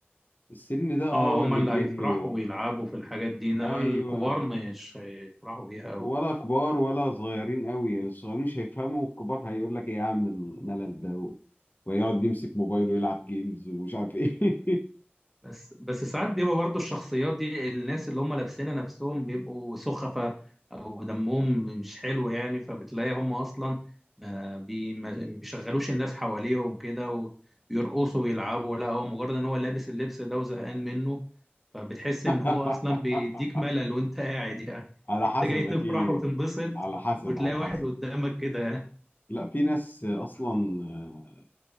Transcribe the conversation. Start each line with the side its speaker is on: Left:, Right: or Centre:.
Left: السن ده أه
Centre: اه
Left: هو
Centre: هما
Left: اللي
Centre: اللي
Left: تجيب
Centre: هيفرحوا
Left: له
Centre: ويلعبوا في الحاجات دي انما
Left: أيوه
Centre: الكبار مش هيفرحوا بيها
Left: ولا
Centre: أوي
Left: كبار ولا صغيرين قوي يعني الصغيرين مش هيفهموا والكبار هيقول لك ايه يا عم الملل ده و- ويقعد يمسك موبايله ويلعب جيمز ومش عارف ايه
Centre: بس بس ساعات بيبقى برضه الشخصيات دي الناس اللي هم لابسينها نفسهم بيبقوا سخفة او دمهم مش حلو يعني فبتلاقي هم اصلا ما بي- ما بيشغلوش الناس حواليهم كده ويرقصوا ويلعبوا لا هو مجرد ان هو لابس اللبس ده وزهقان منه فبتحس
Left: <laughs>
Centre: ان هو اصلا بيديك ملل وانت قاعد يعني
Left: على
Centre: انت
Left: حسب
Centre: جاي تفرح
Left: اكيد
Centre: وتنبسط
Left: على حسب
Centre: وتلاقي
Left: على
Centre: واحد
Left: حسب
Centre: قدامك كده يعني
Left: لا في ناس اصلا آه،